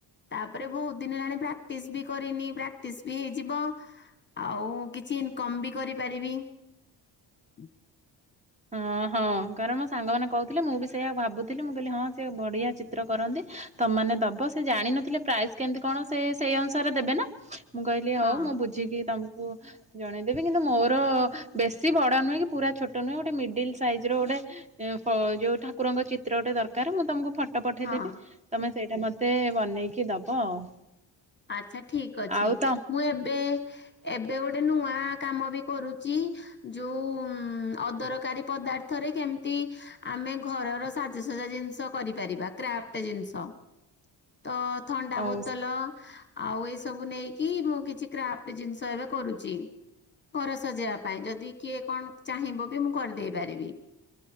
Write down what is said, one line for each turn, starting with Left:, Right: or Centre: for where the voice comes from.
Left: ତାପରେ ବହୁତ ଦିନ ହେଲାଣି ପ୍ରାଟିସ ବି କରିନି ପ୍ରାଟିସ ବି ହେଇଯିବ ଆଉ। କି ଚ କମ ବି କରିପାରିବି। ହୁଁ।
Right: ହଁ ହଁ କାରଣ ମୋ ସାଙ୍ଗମାନୋନ କହୁଥିଲେ ମୁଁ ବି ସେଇଆ ଭାବୁଥିଲି ମୁଁ କହିଲି ହଁ ସେ ବଢିଆ ଚିତ୍ର କରନ୍ତି ତମାନ ଦବ ସେ ଜାଣିିନଥିଲେ ପ୍ରାଇସ୍ କେମିତି କଣ ସେ ସେଇ ଅନୁସାରେ ଦେବେ ନା ମୁଁ କହିଲି ହଉ
Left: ହଁ
Right: ମୁଁ ବୁଝିକି ତମକୁ ଓ ଜଣେଇଦେବି କିନ୍ତୁ ମୋର ବେଶୀ ବଡ ନୁହେଁ କି ପୁରା ଛୋଟ ନୁହେଁ। ମିଡିଲ ସାଇଜ ର ଗୋଟେ ଏ ଯୋଉ ଠାକୁରଙ୍କ ଚିତ୍ରଟେ ଦରକାର ମୁଁ ତମକୁ ପ ପଠେଇଦବି
Left: ହଁ
Right: ତମେ ସେଇଟା ମତେ ବନେଇକି ଦବ ଆଉ।
Left: ଆଚଛା ଠିକ ଅଛି
Right: ଆଉ ତ
Left: ମୁଁ ଏବେ ଏବେ ଗୋଟେ ନୂଆ କାମ ବି କରୁଛି ଯୋଉ ଅଦରକାରୀ ପଦାର୍ଥରେ କେମିତି ଆମେ ଘରର ସାଜସଜା ଜିନିଷ କରିପାରିବା, କ୍ରା୍ଫ୍ଟ ଜିନିଷ। ତ ଥଣ୍ଡା
Right: ହଉ
Left: ବୋତଲ ଆଉ ଏ ସବୁ ନେଇକି ମୁଁ କିଛି କ୍ରାଫ୍ଟ ଜିନିଷ ଏବେ କରୁଛି ଘର ସଜେଇବା ପାଇଁ ଯଦି କିଏ କଣ ଚାହିଁବ ବି ମୁଁ କରିଦେଇ ପାରିବି।